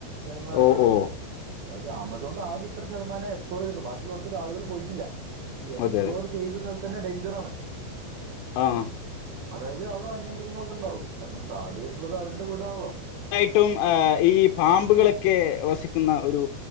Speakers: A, on the right; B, on the left.
A: ജനങ്ങള അറിയിക്കുന്നത്
B: ഓ ഓ
A: അതായത് ആമസോണിന്റെ ആകെ ഇത്ര ശതമാനം എസ്പ്ലോറ് ചെയ്തിട്ടു ബാക്കി ഉള്ളോടുത്തക്ക് ആളുകൾ പോയിട്ടില്ല ഈ എക്
B: അതെ
A: എ്സ്പ്ലോർ
B: അതെ
A: ചെയ്ത സ്ഥലത്ത് തന്നെ ഡേഞ്ചറ് ആണ്
B: ആഹ്
A: അതായത് അവിടെ വന്യമൃഗങ്ങളൊക്കെ ഉണ്ടാവും കാരണം കാട് എന്നുള്ളത് അവരുടെ വീടാണല്ലോ
B: ഏറ്റവും ഈ പാമ്പുകളൊക്കെ വസിക്കുന്ന ഒരു